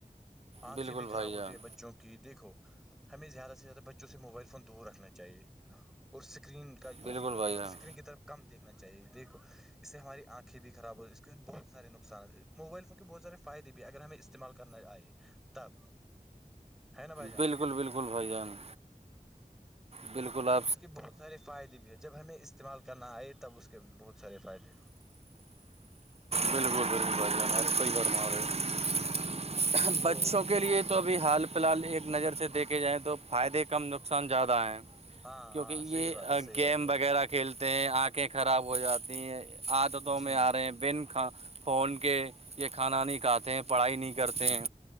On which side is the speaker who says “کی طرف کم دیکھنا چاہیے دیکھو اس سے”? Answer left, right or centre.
Centre